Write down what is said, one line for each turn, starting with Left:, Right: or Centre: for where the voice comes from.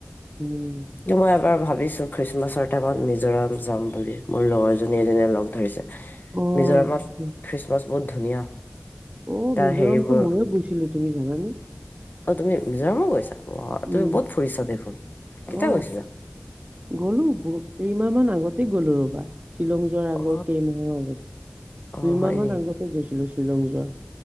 Right: উম
Left: কিন্তু মই এবাৰ ভাবিছো, খ্ৰীষ্টমাছৰ টাইমত মিজোৰাম যাম বুলি, মোৰ লগৰ জনী এজনীয়ে লগ ধৰিছে।
Right: অ
Left: মিজোৰামত
Right: ঠিকে
Left: খ্ৰীষ্টমাছ বহুত ধুনীয়া।
Right: অ'
Left: তাৰ
Right: মিজোৰামটো
Left: হেৰিবোৰ
Right: ময়ো গৈছিলো, তুমি জানানে?
Left: অ' তুমি মিজোৰামো গৈছা? অ'
Right: উম
Left: তুমি বহুত ফুৰিছা দেখোন, কেতিয়া
Right: অ
Left: গৈছিলা?
Right: গ'লো বহুত, কেইমাহ মান আগতে গ'লো ৰ'বা। শ্বিলং যোৱাৰ আগৰ
Left: অ
Right: কেইমাহৰ আগত,
Left: অ
Right: দুইমাহ
Left: হয়
Right: মান আগতে গৈছিলো শ্বিলং যোৱাৰ।